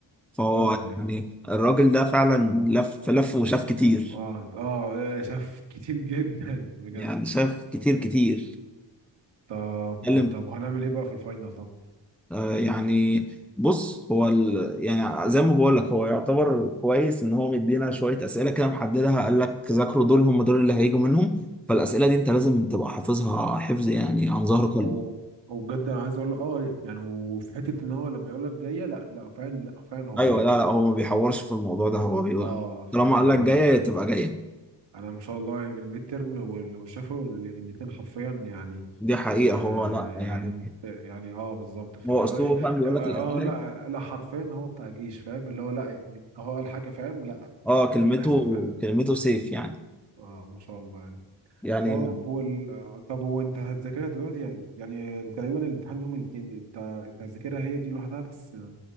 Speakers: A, in the centre; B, on the right.
A: فهو
B: طبعا يعني
A: يعني الراجل ده فعلا لف لف وشاف كتير
B: اه اه شاف كتير جدا بجد
A: يعني شاف كتير كتير
B: طب
A: اتكلم
B: طب هنعمل ايه بقى في الفاينل طب
A: آه، يعني بص هو ال... يعني زي ما بقول لك هو يعتبر كويس ان هو مدينا شويه اسئله كده محددها قال لك ذاكروا دول هم دول اللي هيجوا منهم فالاسئله دي انت لازم تبقى حافظها حفظ يعني عن ظهر
B: او
A: قلب
B: او بجد انا عايز اقول اه يعني وفي حته ان هو لما يقول لك جايه لا لا فعلا لا فعلا هو
A: ايوه
B: بيجيبهم
A: لا لا هو ما بيحورش في الموضوع ده هو بيقول
B: اه فاهم
A: طالما
B: ما
A: قال لك
B: بي
A: جايه تبقى جايه
B: انا ما شاء الله الميد ترم وال- والشفوي الاثنين حرفيا يعني
A: دي حقيقه
B: آه
A: هو لا يعني
B: يعني يعني اه بالظبط فرأي
A: هو اسلوبه فاهم بيقول
B: اه
A: لك الاسئله
B: آه، لا
A: دي
B: لا حرفيا هو بتاع جيش فاهم اللي هو لا هو قال حاجه فاهم لا
A: اه كلمته
B: ده اللي بيحصل فعلا
A: كلمته سيف يعني
B: اه ما شاء الله يعني.
A: يعني
B: طب وال... طب هو انت هتذاكرها دلوقتي يعني يعني تقريبا الامتحان يوم الاثنين انت انت هتذاكرها هي دي لوحدها بس